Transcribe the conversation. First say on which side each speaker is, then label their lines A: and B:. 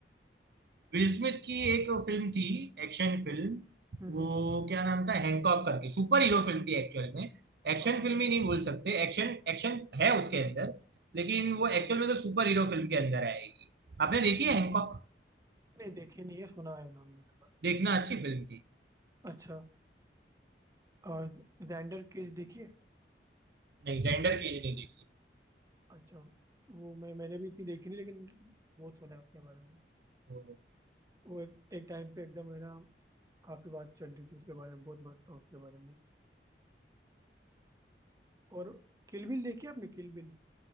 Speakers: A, on the right (about 60°); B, on the right (about 20°).
A: विल स्मिथ की एक फिल्म थी एक्शन फिल्म
B: हम्म
A: वो
B: हम्म,
A: क्या नाम था हैंकॉक करके सुपर हीरो फिल्म थी एक्चुअल में एक्शन
B: हाँ हाँ,
A: फिल्म ही नहीं बोल सकते एक्शन एक्शन है उसके अंदर लेकिन वो एक्चुअल में तो सुपर हीरो फिल्म के अंदर आएगी आपने देखी है
B: हम्म।
A: हैंकॉक
B: नहीं देखी नहीं है सुना है नाम मैंने बस
A: देखना अच्छी फिल्म थी
B: अच्छा और जेंडर केस देखिए
A: नहीं जेंडर केज नहीं देखी
B: अच्छा वो मैं मैंने भी इतनी देखी नहीं लेकिन बहुत सुना है उसके बारे में
A: वो
B: वो एक, एक टाइम पे एकदम है ना काफी बात चल रही थी उसके बारे में बहुत मस्त था उसके बारे में और किल बिल देखी आपने किल बिल